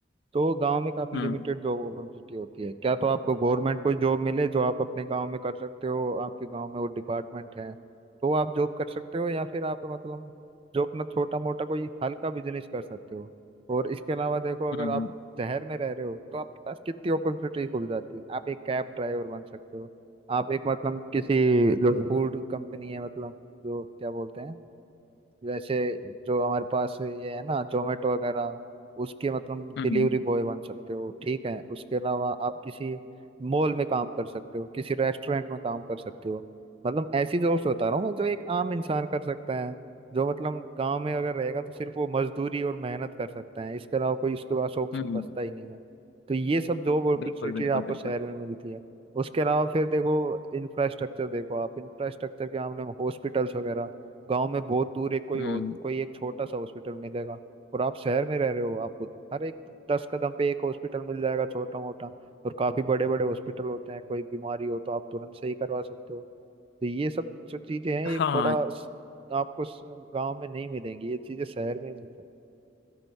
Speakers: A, on the right; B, on the left.
A: तो गांव में काफी
B: हम्म
A: लिमिटेड जॉब अपॉर्चुनिटी होती है क्या तो आपको गवर्नमेंट कोई जॉब मिले जो आप अपने गांव में कर सकते हो आपके गांव में वो डिपार्टमेंट है तो आप जॉब कर सकते हो या फिर आप मतलब जो अपना छोटा मोटा कोई हल्का बिजनेस कर सकते हो और इसके अलावा देखो अगर
B: हम्म
A: आप
B: हम्म
A: शहर में रह रहे हो तो आपके पास कितनी अपॉर्चुनिटी खुल जाती है आप एक कैब ड्राइवर बन सकते हो आप एक मतलब किसी जो फूड कंपनी है मतलब जो क्या बोलते हैं वैसे जो हमारे पास ये है ना जोमेटो वगैरह उसके मतलब
B: हम्म
A: डिलीवरी बॉय बन सकते हो ठीक है उसके अलावा आप किसी मॉल में काम कर सकते हो किसी रेस्टोरेंट में काम कर सकते हो मतलब ऐसी जॉब्स बता रहा हूँ मैं जो एक आम इंसान कर सकता है जो मतलब गांव में अगर रहेगा तो सिर्फ वो मजदूरी और मेहनत कर सकता है इसके अलावा कोई उसके पास ऑप्शन
B: हम्म,
A: बचता ही नहीं है तो ये सब जॉब अपॉर्चुनिटी
B: बिल्कुल बिल्कुल
A: आपको
B: बिल्कुल
A: शहर में मिलती है उसके अलावा फिर देखो इंफ्रास्ट्रक्चर देखो आप इंफ्रास्ट्रक्चर के मामले में हॉस्पिटल्स वगैरह गांव में बहुत दूर एक कोई
B: हम्म
A: हो, कोई एक छोटा सा हॉस्पिटल मिलेगा और आप शहर में रह रहे हो आपको हर एक दस कदम पे एक हॉस्पिटल मिल जाएगा छोटा मोटा और काफी बड़े बड़े हॉस्पिटल होते हैं कोई बीमारी हो तो आप तुरंत सही करवा सकते हो तो ये सब जो चीजें हैं
B: हाँ
A: ये थोड़ा स- आपको स- गांव में नहीं मिलेंगी ये चीजें शहर में मिलती हैं।